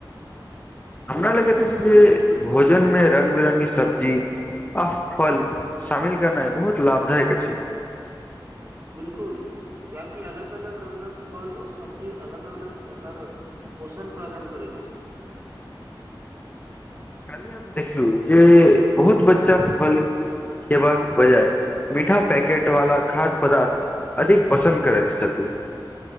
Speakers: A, on the left; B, on the right.
A: हमरा लगैत अछि जे भोजनमे रंग बिरंगी सब्जी आ फल शामिल करनाय बहुत लाभदायक अछि
B: बिल्कुल क्याकी अलग -अलग रंगक फल आओर सब्जी अलग -अलग प्रकारक पोषण प्रदान करैत अछि
A: काल्हि हम देखलु जे बहुत बच्चा फल खेबाक बजाय मीठा पैकेट वाला खाद्य पदार्थ अधिक पंसन्द करैत छथिन